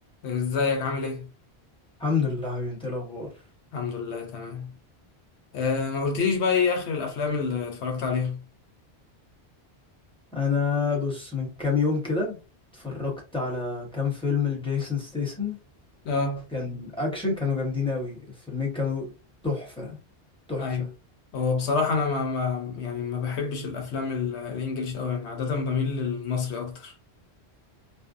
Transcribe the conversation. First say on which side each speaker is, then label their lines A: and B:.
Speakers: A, on the left; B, in the centre.
A: ازيك عامل ايه؟
B: الحمد لله حبيبي انت ايه الاخبار
A: الحمد لله تمام آه ما قلتليش بقى ايه اخر الافلام اللي اتفرجت عليها
B: انا بص من كام يوم كده اتفرجت على كام فيلم لجيسون ستيسن
A: اه
B: كان اكشن كانوا جامدين قوي الفيلمين كانوا تحفة تحفة
A: ايوه هو بصراحة انا ما, ما يعني ما بحبش الافلام ال- الانجليش قوي يعني عادة بميل للمصري اكتر